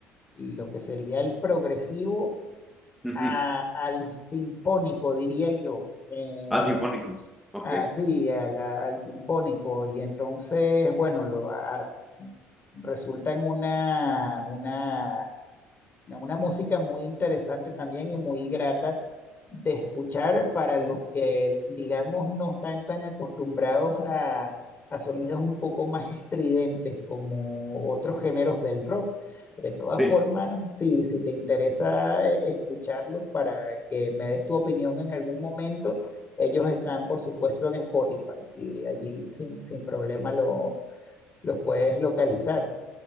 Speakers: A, on the left; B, in the centre.
A: lo que sería el progresivo
B: Ujú.
A: a- al sinfónico, diría yo. Eh,
B: Ah, sinfónico. Ok.
A: ah, sí, a la- al sinfónico. Y entonces, bueno, lo, a- resulta en una, una una música muy interesante también y muy grata de escuchar para los que, digamos, no están tan acostumbrados a, a sonidos un poco más estridentes como otros géneros del rock. De todas
B: sí.
A: formas, sí, si te interesa eh, escucharlos para que me des tu opinión en algún momento, ellos están, por supuesto, en Spotify y allí sin, sin problema lo- los puedes localizar.